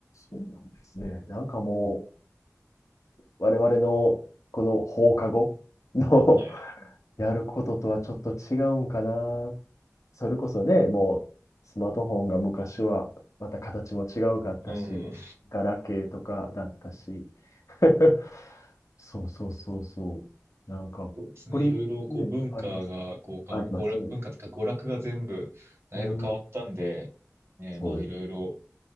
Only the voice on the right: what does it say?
はい。
うん。
そうですね。
いろいろ、こう、
文化が、
こう、か、
娯楽、文化というか、娯楽が全部、だいぶ変わったんで、
えーまあ、
いろいろ、